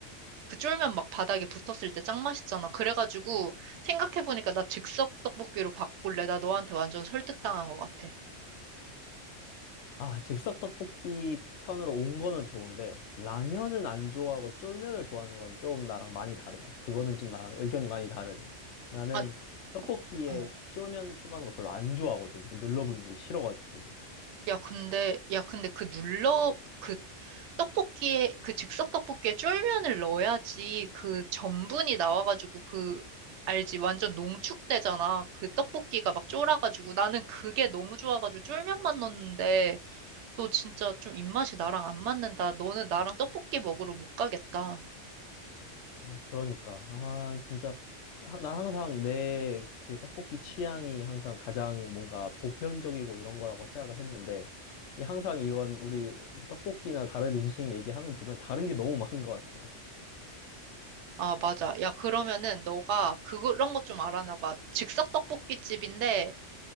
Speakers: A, on the right (about 70°); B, on the left (about 70°).
A: 그 쫄면 막 바닥에 붙었을 때 짱 맛있잖아. 그래가지고, 생각해보니까 나 즉석 떡볶이로 바꿀래. 나 너한테 완전 설득당한 것 같아.
B: 아, 즉석 떡볶이 편으로 온 거는 좋은데, 라면은 안 좋아하고 쫄면을 좋아하는 건 좀 나랑 많이 다르다. 그거는 좀 나랑 의견이 많이 다르네. 나는
A: 아, 어,
B: 떡볶이에
A: 어.
B: 쫄면 추가하는 걸 별로 안 좋아하거든. 그 늘러붙는 게 싫어가지고.
A: 야, 근데, 야, 근데 그 눌러, 그 떡볶이에, 그 즉석 떡볶이에 쫄면을 넣어야지 그 전분이 나와가지고 그, 알지? 완전 농축되잖아. 그 떡볶이가 막 쫄아가지고. 나는 그게 너무 좋아가지고 쫄면만 넣었는데, 너 진짜 좀 입맛이 나랑 안 맞는다. 너는 나랑 떡볶이 먹으러 못 가겠다.
B: 아, 그러니까. 아, 진짜. 하- 나 항상 내 그 떡볶이 취향이 항상 가장 뭔가 보편적이고 이런 거라고 생각을 했는데, 이 항상 이런 우리 그 떡볶이나 다른 음식 얘기하는 거 보면 다른 게 너무 많은 것 같아.
A: 아, 맞아. 야, 그러면은 너가 그런 거 좀 알아놔봐. 즉석 떡볶이집인데,